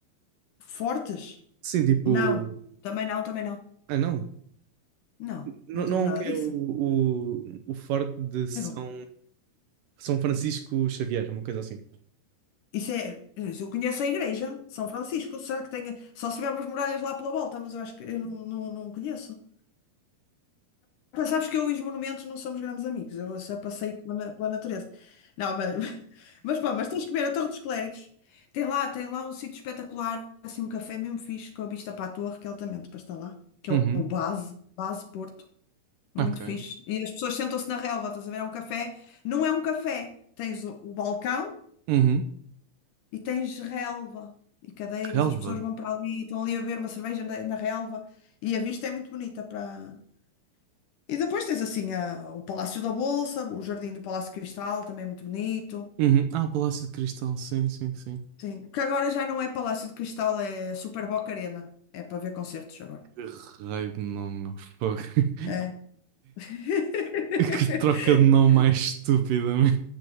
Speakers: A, on the left; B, on the right.
A: fortes.
B: Sim, tipo.
A: Não, também não, também não.
B: Ah, não.
A: Não,
B: Não,
A: não temos
B: não é
A: nada
B: um que é
A: disso.
B: o, o, o forte de São,
A: Eu não-
B: São Francisco Xavier, uma coisa assim.
A: Isso é, eu conheço a igreja, São Francisco, será que tem, só se tiver umas muralhas lá pela volta, mas eu acho que eu não, não, não conheço. Mas Sabes que eu e os monumentos não somos grandes amigos, eu só passei pela, na- pela natureza. Não, mas, <laughs> mas pá, mas tens que ver a Torre dos Clérigos. Tem lá, tem lá um sítio espetacular, assim, um café mesmo fixe, com a vista para a torre, que é altamente para estar lá, que
B: Uhum.
A: é o Base, Base Porto, é
B: Ok.
A: muito fixe. E as pessoas sentam-se na relva, estás a ver? É um café, não é um café, tens o, o balcão
B: Uhum.
A: e tens relva e cadeiras,
B: Relva.
A: as pessoas vão para ali, estão ali a beber uma cerveja na, na relva e a vista é muito bonita para e depois tens assim a- o Palácio da Bolsa, o Jardim do Palácio de Cristal, também é muito bonito.
B: Uhum. Ah, Palácio de Cristal, sim, sim, sim.
A: Sim, que agora já não é Palácio de Cristal, é Super Boca Arena. É para ver concertos agora.
B: Que raio de nome, meu fogo. <laughs>
A: É. <laughs>
B: Que, que troca de nome mais estúpida, meu.